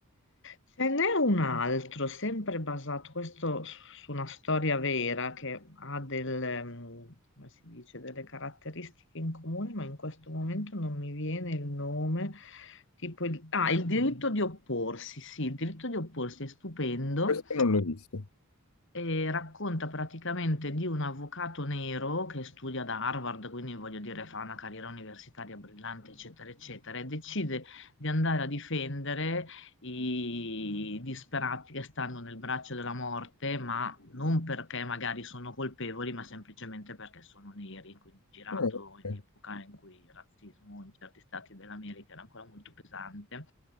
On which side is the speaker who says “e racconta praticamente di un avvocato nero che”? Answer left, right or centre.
Left